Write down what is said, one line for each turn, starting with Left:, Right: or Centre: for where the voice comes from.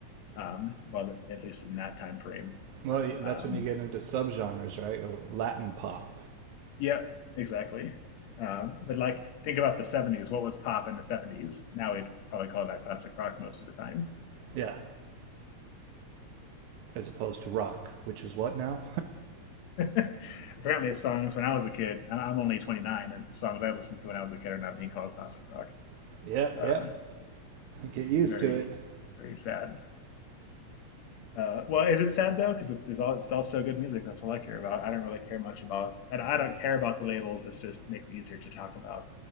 Left: Um, well, at least in that time frame.
Right: Well,
Left: Um,
Right: that's when you get into subgenres, right? Latin pop,
Left: Yep, exactly. Um, but like, think about the '70s. What was pop in the '70s? Now we'd probably call that classic rock most of the time.
Right: yeah, as opposed to rock, which is what now?
Left: <laughs> Apparently, songs when I was a kid. I- am only 29, and songs I listened to when I was a kid are not being called classic rock.
Right: Yeah,
Left: Uh,
Right: yeah. Get
Left: it's
Right: used
Left: very,
Right: to it.
Left: very sad. Uh, well, is it sad though? Because it's, it's all it's all still good music. That's all I care about. I don't really care much about, and I don't care about the labels. It's just makes it easier to talk about.